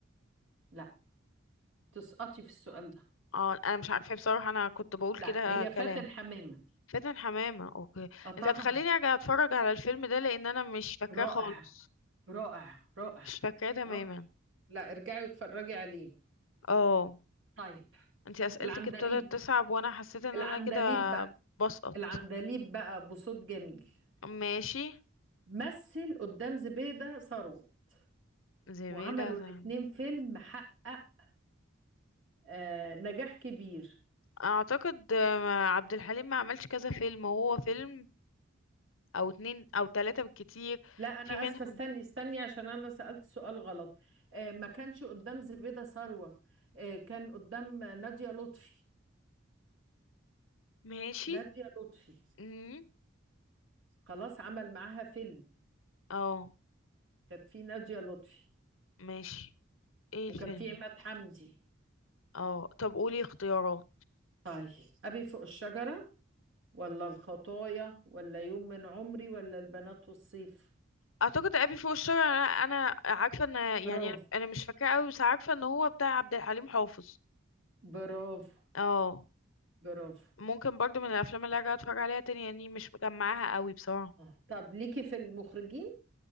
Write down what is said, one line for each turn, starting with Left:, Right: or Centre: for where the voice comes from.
Right: لا تسقطي في السؤال ده
Left: اه انا مش عارفة بصراحة انا كنت بقول
Right: لا
Left: كده
Right: هي فاتن
Left: كلام
Right: حمامة
Left: فاتن حمامة اوكي
Right: اه طبعا
Left: انت هتخليني ارجع اتفرج على الفيلم ده لان انا مش فاكراه
Right: رائع
Left: خالص
Right: رائع رائع
Left: مش فاكراه تماما
Right: رائع لا ارجعي واتفرجي عليه
Left: اه
Right: طيب
Left: انت اسئلتك
Right: العندليب
Left: ابتدت تصعب وانا حسيت ان
Right: العندليب
Left: انا كده
Right: بقى
Left: بسقط
Right: العندليب بقى بصوت جميل
Left: ماشي
Right: مثل قدام زبيدة ثروت
Left: زبيدة
Right: وعملوا الاتنين
Left: زن-
Right: فيلم حقق آه نجاح كبير
Left: اعتقد آه، عبد الحليم ما عملش كذا فيلم هو فيلم او اتنين او تلاتة بالكتير
Right: لا انا
Left: في منهم
Right: اسفه استني استني عشان انا سألت سؤال غلط آه ما كانش قدام زبيدة ثروت آه كان قدام نادية لطفي
Left: ماشي
Right: نادية لطفي
Left: امم
Right: خلاص عمل معاها فيلم
Left: اه
Right: كانت في نادية لطفي
Left: ماشي ايه
Right: وكان
Left: الفيلم
Right: في عماد
Left: ده؟
Right: حمدي
Left: اه طب قولي اختيارات
Right: طيب أبي فوق الشجرة ولا الخطايا ولا يوم من عمري ولا البنات والصيف
Left: اعتقد ابي فوق الشارع انا انا عارفه ان
Right: برافو
Left: يعني انا مش فاكره قوي بس عارفه ان هو بتاع عبد الحليم حافظ
Right: برافو
Left: اه
Right: برافو
Left: ممكن برضو من الافلام اللي ارجع اتفرج عليها تاني يعني مش مجمعاها قوي بصراحه
Right: اه طب ليكي في المخرجين